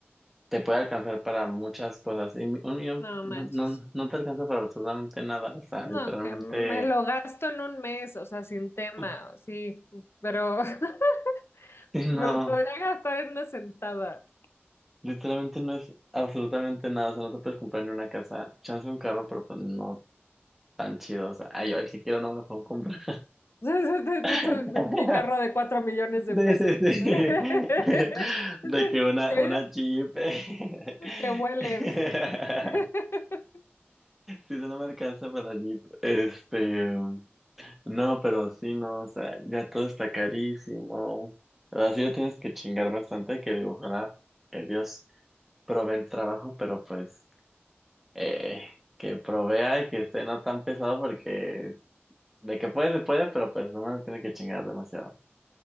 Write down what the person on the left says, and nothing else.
No
manches.
No,
que me lo gasto en un mes, o sea, sin tema,
sí, pero <laughs>
me lo podría gastar en una sentada.
<laughs>
Mi carro de cuatro millones de
pesos,
dice. <laughs>
Dice,
¿Qué?
Que huele, dice. <laughs>